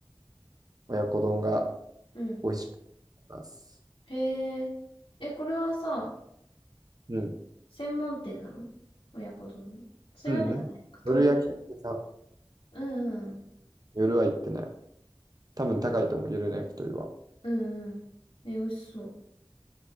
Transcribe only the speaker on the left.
うん。
へえ。え、これはさ、
専門店なの親子丼の。そういうわけじゃないのか。
鳥。
うんうん。
うんうん。え、美味しそう。